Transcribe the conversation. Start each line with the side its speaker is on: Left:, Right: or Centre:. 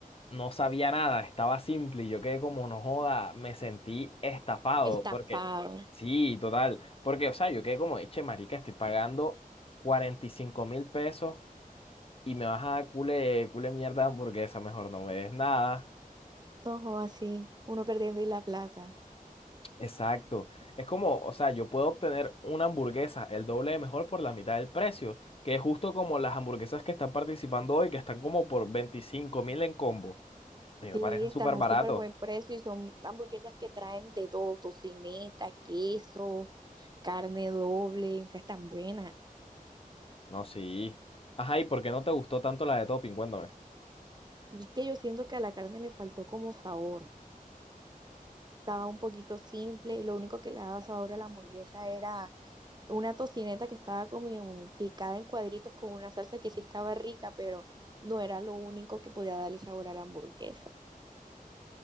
Left: no sabía nada, estaba simple y yo quedé como, no joda, me sentí estafado,
Right: Estafado.
Left: porque sí, total, porque, o sea, yo quedé como, eche, marica, estoy pagando cuarenta y cinco mil pesos y me vas a dar cule, cule mierda de hamburguesa, mejor no me des nada.
Right: Ojo, así, uno perdiendo y la plata.
Left: Exacto, es como, o sea, yo puedo obtener una hamburguesa el doble de mejor por la mitad del precio, que es justo como las hamburguesas que están participando hoy, que están como por veinticinco mil en combo. A mí
Right: Sí,
Left: me parece
Right: están
Left: súper
Right: a
Left: barato.
Right: súper buen precio y son hamburguesas que traen de todo, tocineta, queso, carne doble, o sea, están buenas.
Left: No, sí. Ajá, ¿y por qué no te gustó tanto la de Topping? Cuéntame.
Right: Y Es que yo siento que a la carne le faltó como sabor. Estaba un poquito simple y lo único que le daba sabor a la hamburguesa era una tocineta que estaba como picada en cuadritos con una salsa que sí estaba rica, pero no era lo único que podía darle sabor a la hamburguesa.